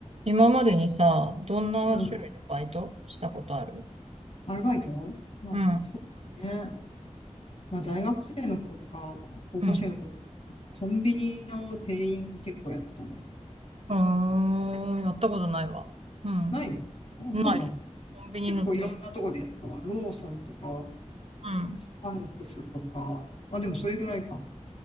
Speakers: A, on the right; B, on the left.
A: 今までにさ、どんな種類のバイトしたことある
B: うん。アルバイトなんかそうね。
A: うん。
B: まあ大学生の頃とか、なんか高校生の頃、
A: うん。
B: コンビニの店員結構やってたね。
A: あー、やったことないわ。うん。
B: ないのあ、
A: ない。
B: そうなんだ。
A: コンビニの店員。
B: 結構いろんなとこでやったわ。ローソンとか、
A: うん。
B: スタンクスとか。あ、でもそれぐらいか。